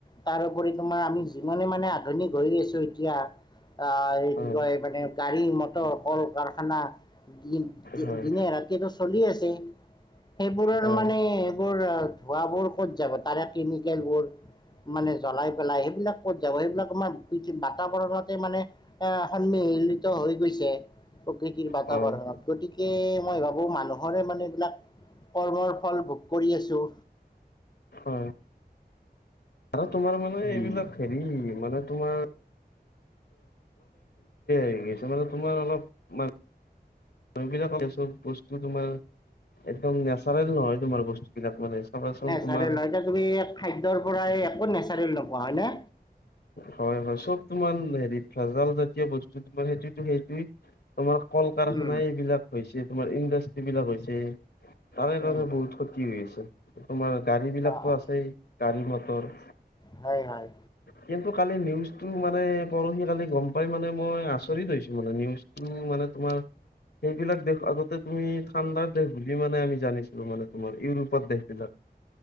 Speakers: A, on the left; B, on the left.
A: তাৰ উপৰি তোমাৰ আমি যিমানে মানে আ আধুনিক হৈ গেছো এতিয়া, আ এই
B: হয়
A: কি কয় মানে গাড়ী-মটৰ, কল-কাৰখানা দিন-দি-দিনে
B: হয়
A: ৰাতিয়েটো চলি আছে। সেইবোৰৰ
B: হয়
A: মানে এইবোৰ, ধোঁৱাবোৰ ক'ত যাব তাৰে কেমিকেলবোৰ মানে জ্বলাই পেলাই সেইবিলাক ক'ত যাব? সেইবিলাক আমাৰ পৃথি, বাতাবৰণতে মানে এ সন্মিহিলিত হৈ গৈছে। প্ৰকৃতিৰ বাতাবৰণত।
B: হয়
A: গতিকে, মই ভাবোঁ মানুহৰে মানে এইবিলাক কৰ্মৰ ফল ভোগ কৰি আছোঁ।
B: হয়। আৰু তোমাৰ মানে
A: উম।
B: এইবিলাক হেৰি, মানে তোমাৰ হেৰি আছে মানে, তোমাৰ অলপ মান এইবিলাক, এয়া চব বস্তু তোমাৰ একদম নেচাৰেল নহয় তোমাৰ বস্তুবিলাক মানে। চাবাচোন
A: নেচাৰেল
B: তোমাৰ
A: হয়। এতিয়া তুমি খাদ্যৰ পৰাই একো নেচাৰেল নোপোৱা হয় নে?
B: হয়, হয়। চব তোমাৰ হেৰি ভেজাল জাতীয় বস্তু তোমাৰ সেইটোটো সেইটোয়ে তোমাৰ কল-কাৰখানা
A: উম,
B: এইবিলাক হৈছে, তোমাৰ ইণ্ডাষ্ট্ৰীবিলাক হৈছে। তাৰে কাৰণে
A: উম,
B: বহুত ক্ষতি হৈ আছে। তোমাৰ গাড়ী বিলাকতো
A: অ', অ',
B: আছেই। গাড়ী-মটৰ
A: হয়, হয়।
B: কিন্তু, কালি নিউজটো মানে পৰহি কালি গম পাই মানে মই আচৰিত হৈছো মানে নিউজটো মা মানে তোমাৰ, সেইবিলাক দেশ আগতে তুমি ঠাণ্ডাৰ দেশ বুলি মানে আমি জানিছিলো মানে তোমাৰ ইউৰোপত দেশবিলাক।